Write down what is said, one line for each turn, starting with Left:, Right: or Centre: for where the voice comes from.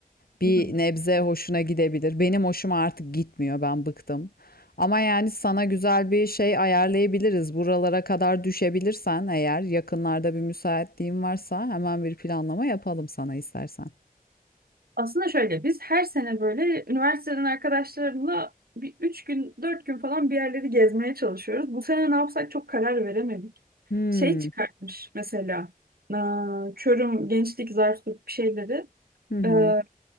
Left: Bir
Right: Hı hı.
Left: nebze hoşuna gidebilir. Benim hoşuma artık gitmiyor ben bıktım. Ama yani sana güzel bir şey ayarlayabiliriz. Buralara kadar düşebilirsen eğer yakınlarda bir müsaitliğin varsa hemen bir planlama yapalım sana istersen.
Right: Aslında şöyle biz her sene böyle üniversiteden arkadaşlarımla bir üç gün dört gün falan bir yerleri gezmeye çalışıyoruz. Bu sene ne yapsak çok karar veremedik.
Left: Hmm.
Right: şey çıkartmış mesela Aa, Çorum Gençlik Zarflık bir şeyleri
Left: Hı hı.
Right: Ee,